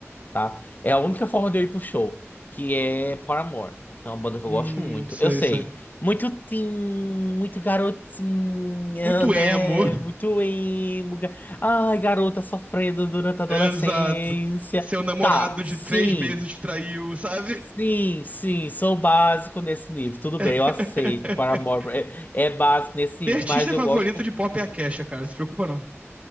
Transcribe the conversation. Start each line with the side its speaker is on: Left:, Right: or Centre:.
Left: tá? É a única forma de eu ir pro show, que é Paramore, que é uma banda que
Right: Hum,
Left: eu gosto muito.
Right: sei,
Left: Eu sei,
Right: sei.
Left: muito teen, muito garotinha,
Right: Muito
Left: né?
Right: emo. <laughs>
Left: Muito emo. ga- Ai, garota sofrendo durante a adolescência.
Right: Exato. Seu namorado
Left: Tá,
Right: de
Left: sim.
Right: três meses te traiu, sabe?
Left: Sim, sim, sou básico nesse nível. Tudo
Right: <laughs>
Left: bem, eu aceito. Paramore é, é básico nesse nível,
Right: Minha artista
Left: mas eu
Right: favorita
Left: gosto.
Right: de pop é a Kesha, cara. Se preocupa não.